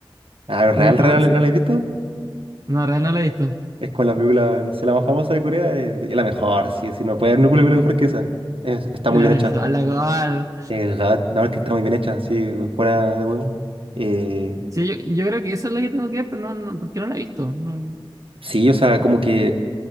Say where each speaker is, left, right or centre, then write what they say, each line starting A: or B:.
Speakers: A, on the right; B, on the right.
A: Ah, ¿real,
B: No he visto
A: real,
B: Parasite.
A: la has visto?
B: No, en realidad no la he visto.
A: Es con la película, no sé, la más famosa de Corea, es, es la mejor, sí, sí, no puede haber una película mejor que esa. Es- está
B: Es
A: muy
B: la
A: bien
B: mejor,
A: hecha.
B: la mejor.
A: Eh, Gat, la verdad es que está muy bien hecha, sí, fuera de huevo. Eh,
B: Sí, yo, yo creo que esa es la que tengo que ver, pero no, no porque no la he visto. No,
A: sí, o sea, como que